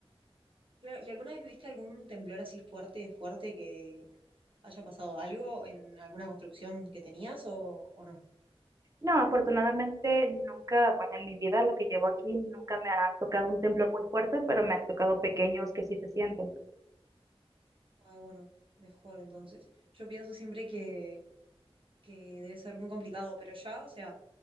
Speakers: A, on the right; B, on the right.
A: Claro. ¿Y alguna vez viste algún temblor así fuerte, fuerte que haya pasado algo en alguna construcción que tenías o, o no?
B: No, afortunadamente nunca, bueno, en mi vida, lo que llevo aquí, nunca me ha tocado un temblor muy fuerte, pero me han tocado pequeños que sí se sienten.
A: Ay, bueno, mejor entonces. Yo pienso siempre que, que debe ser muy complicado, pero ya, o sea,